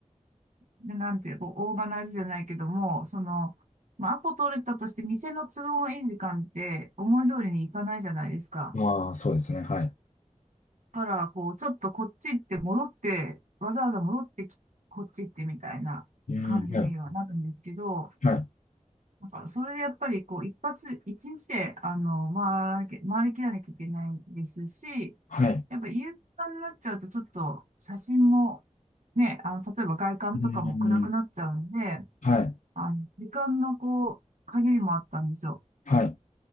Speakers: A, on the right (about 75°); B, on the left (about 70°).
A: で、なんていう、こうオーガナイズじゃないけども、その、まあ、アポ取れたとして、店の都合がいい時間って、思い通りにいかないじゃないですか。
B: まあ、そうですね。はい。
A: だから、こう、ちょっとこっち行って戻って、わざわざ戻ってき、こっち行ってみたいな感じにはなるんですけど、
B: うん、はい、はい、
A: なんから、それでやっぱり、こう、一発、一日で、あの、回り、回りきらなきゃいけないですし、
B: はい。
A: やっぱ夕方になっちゃうと、ちょっと写真も、ね、あの、例えば外観とかも暗くなっちゃうんで、
B: うん、はい、
A: あの、時間のこう、限りもあったんですよ。
B: はい、